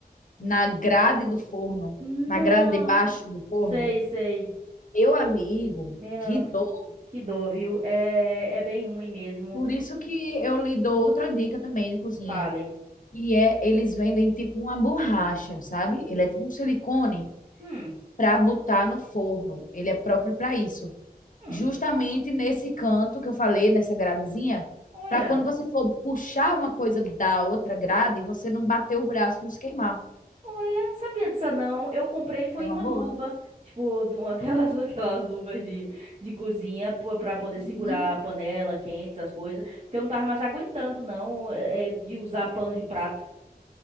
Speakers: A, on the left; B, on the right.
A: na grade do forno,
B: não.
A: na grade de baixo do forno,
B: Sei, sei.
A: meu amigo,
B: Meu,
A: que dor.
B: que dor, viu? É, é bem ruim mesmo.
A: Por isso que eu lhe dou outra dica também de cozinha.
B: Fale.
A: E é, eles vendem tipo uma borracha, sabe? Ele é tipo um silicone
B: Hum.
A: para botar no forno. Ele é próprio para isso.
B: Hum,
A: Justamente nesse canto que eu falei, nessa gradezinha,
B: olha,
A: para quando você for puxar uma coisa da outra grade, você não bater o braço e não se queimar.
B: olha, sabia disso não. Eu comprei foi
A: É uma
B: uma
A: boa.
B: luva, tipo, de uma- aquelas, <laughs> aquelas luvas de, de cozinha pô- pra poder
A: Uhum.
B: segurar a panela quente, essas coisas, porque eu não tava mais aguentando não, é, é, de usar pano de prato.